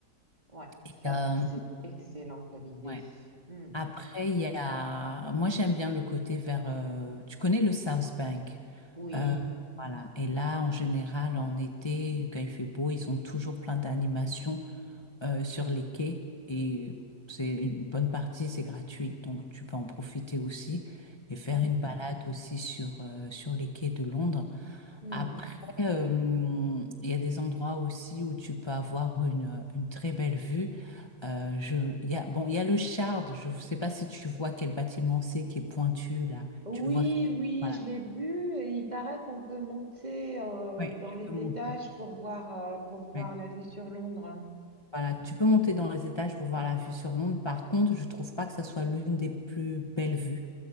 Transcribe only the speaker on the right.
Ouais,
ça,
c'est excellent comme idée.
Hmm.
Oui.
Mhm.
Hmm.
Oui,
oui,
je l'ai vu et il paraît qu'on peut monter euh,
dans
les
étages pour voir, euh, pour voir
la vue sur Londres. hein.